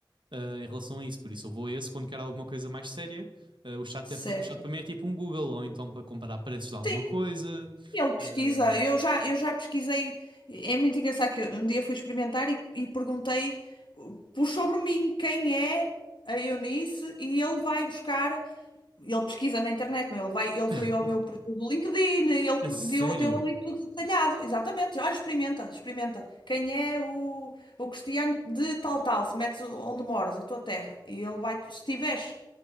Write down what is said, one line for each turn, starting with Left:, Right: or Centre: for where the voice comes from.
Right: eh, em relação a isso. Por isso, eu vou a esse quando quero alguma coisa mais séria. Eh, o chat
Left: Certo.
Right: é, pa- o chat para mim é tipo um Google, ou então para comparar preços de alguma
Left: Sim,
Right: coisa.
Left: ele pesquisa.
Right: Eh,
Left: Eu já, eu já pesquisei. É muito engraçado que eu um dia fui experimentar e, e perguntei uh, por sobre mim quem é a Eunice e ele vai buscar. Ele pesquisa na internet, não? é? Ele vai, ele
Right: <laughs>
Left: foi ao meu perfil do LinkedIn, e ele com-
Right: a sério?
Left: deu, deu ali tudo detalhado. Exatamente. Olha, experimenta, experimenta. Quem é o, o Cristiano de tal tal? Se metes o- onde moras, a tua terra. E ele vai, se tiveres.